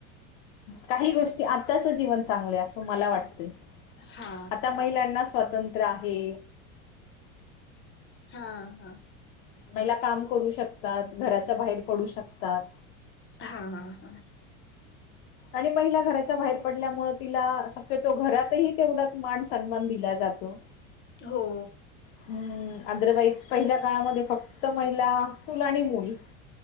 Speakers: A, on the left; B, on the left.
A: काही गोष्टी आत्ताच जीवन चांगलं आहे असं मला वाटतंय.
B: हा
A: आता महिलांना स्वातंत्र आहे.
B: हा हा
A: महिला काम करू शकतात घराच्या बाहेर पडू शकतात.
B: हा हा हा
A: आणि महिला घराच्या बाहेर पडल्यामुळे तिला शक्यतो घरातही तेवढाच मान सन्मान दिला जा जातो
B: हो
A: हम्म आदर वाईज पहिल्या काळामध्ये फक्त महिला चूल आणि मूल